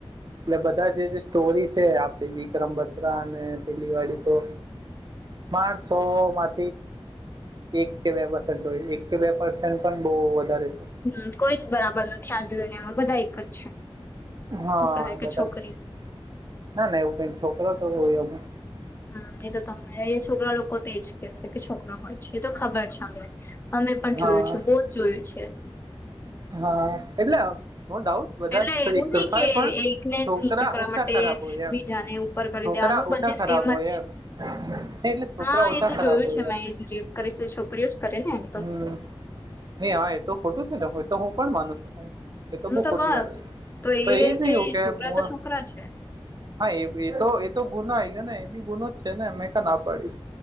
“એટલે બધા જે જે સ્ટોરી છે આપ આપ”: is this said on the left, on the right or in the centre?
Right